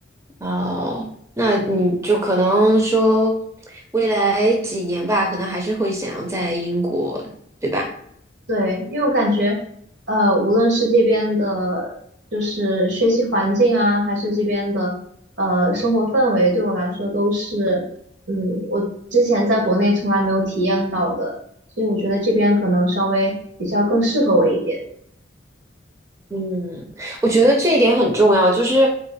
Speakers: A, on the right (about 15°); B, on the right (about 75°).
A: 哦，那你就可能说未来几年吧，可能还是会想要在英国，对吧？
B: 对，因为我感觉，呃，无论是这边的，就是学习环境啊，还是这边的，呃，生活氛围，对我来说都是，嗯，我之前在国内从来没有体验到的，所以我觉得这边可能稍微比较更适合我一点。
A: 嗯，我觉得这一点很重要，就是